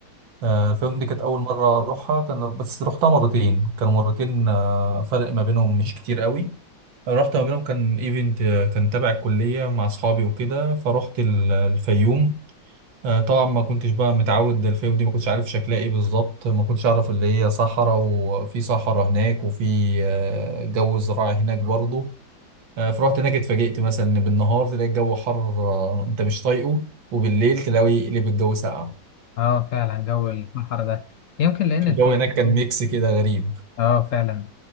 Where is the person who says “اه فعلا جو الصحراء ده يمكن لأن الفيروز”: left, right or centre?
Left